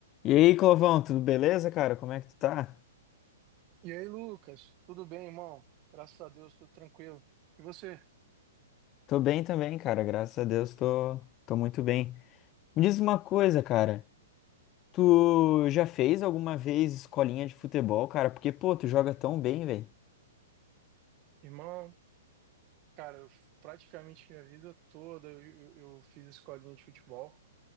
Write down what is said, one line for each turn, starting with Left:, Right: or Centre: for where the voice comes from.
Left: E aí, Clovão, tudo beleza, cara? Como é que tu tá?
Right: E aí, Lucas? Tudo bem, irmão? Graças a Deus, tudo tranquilo. E você?
Left: Tô bem também, cara. Graças a Deus, tô, tô muito bem. Me diz uma coisa, cara. Tu já fez alguma vez escolinha de futebol, cara? Porque, pô, tu joga tão bem, velho.
Right: Irmão, cara, eu f- praticamente minha vida toda eu, eu, eu fiz escolinha de futebol.